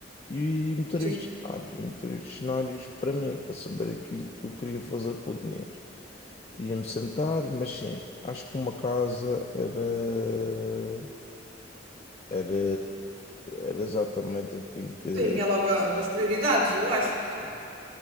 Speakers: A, on the left (about 35°); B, on the right (about 85°).
A: E meter
B: Sim.
A: estes cenários, meter estes cenários para mim, para saber aquilo que eu queria fazer com o dinheiro. Ia-me sentar, mas sim, acho que uma casa era, era, era exatamente aquilo que.
B: Sim, é logo a- das prioridades, eu acho, porque é